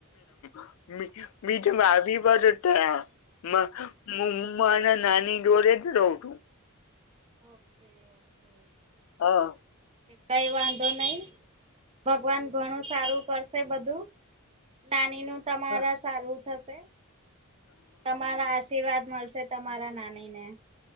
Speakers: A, on the left (about 70°); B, on the right (about 25°).
A: <inaudible> મીજમાં આવી પર ત્યાં હ મને નાની જોડેજ રહું છું.
B: Okay okay.
A: હા.
B: કઈ વાંધો નહિ ભગવાન ઘણું સારું કરશે બધું નાની નું તમારા
A: હા
B: સારું થશે તમારા આશીર્વાદ મળશે તમારા નાની ને.